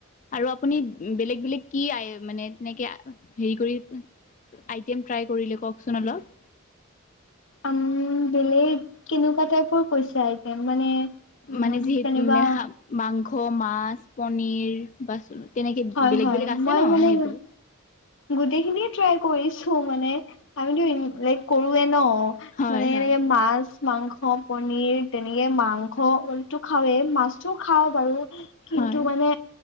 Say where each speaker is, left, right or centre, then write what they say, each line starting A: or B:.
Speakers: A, on the left (about 35°); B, on the left (about 60°).
A: আৰু আপুনি বেলেগ বেলেগ কি আয় মানে তেনেকে হেৰি কৰি আইটেম ট্ৰাই কৰিলে কওঁকচোন অলপ।
B: উম, বেলেগ কেনেকুৱা টাইপৰ কৈছে আইটেম, মানে উম
A: মানে যি
B: তেনেকুৱা
A: মানে শা, মাংস, মাছ, পনীৰ বাচ তেনেকে
B: হয়
A: বেলেগ
B: হয়
A: বেলেগ আছে
B: মই
A: ন
B: মানে
A: সেইবোৰ।
B: গোটেইখিনিয়ে ট্ৰাই কৰিছো মানে, আমিতো <unintelligible> কৰোৱে ন!
A: হয়
B: মানে
A: হয়
B: এনে মাছ, মাংস। পনীৰ, তেনেকে মাংস টো খাওৱেই, মাছটো খাওঁ বাৰু। কিন্তু
A: হয়
B: মানে,